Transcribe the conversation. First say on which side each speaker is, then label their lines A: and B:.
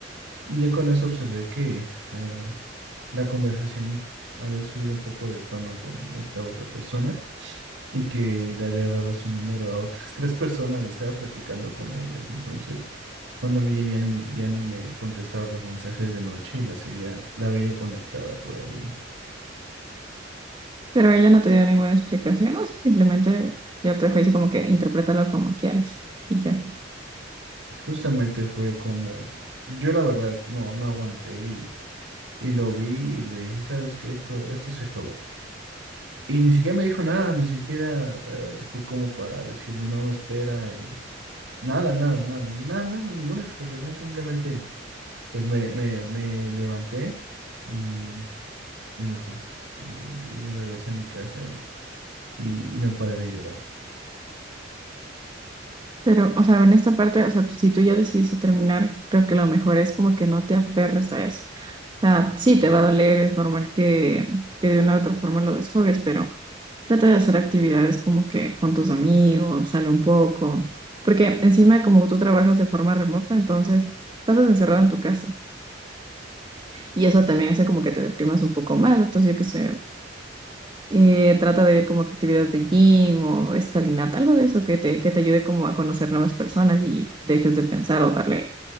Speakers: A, on the right; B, on the right.
A: Y ya con eso observé que... eh, la conversación había subido un poco de tono con esta otra persona y que le había dado su número a otras <laughs> tres personas y estaba platicando con ellas. Entonces, cuando a mí ya, ya ni, me- ya ni me contestaba los mensajes de noche y la seguía, la veía conectada todavía.
B: Pero ella no te dio ninguna explicación o simplemente ya te dejó ahí como que interprétalo como quieras y ya.
A: Justamente fue como, yo la verdad no, no aguanté y, y lo vi y le dije, ¿sabes qué? Esto, esto se acabó. Y ni siquiera me dijo nada, ni siquiera eh, fue como para decirme, no, espera, eh, Nada, nada, nada, ni- nada, nada, ninguna explicación, simplemente pues me, me, me levanté y, y me fui. Y, y regresé a mi casa y, y, y no paré de llorar.
B: Pero, o sea, en esta parte, o sea, si tú ya decidiste terminar, creo que lo mejor es como que no te aferres a eso. O sea, sí te va a doler, es normal que, que de una u otra forma lo desfogues, pero trata de hacer actividades como que con tus amigos, sale un poco, porque encima como tú trabajas de forma remota, entonces pasas encerrado en tu casa y eso también hace como que te deprimas un poco más. Entonces, yo qué sé, eh, trata de ir como a actividades de gym o escalinata, algo de eso que te, que te ayude como a conocer nuevas personas y dejes de pensar o darle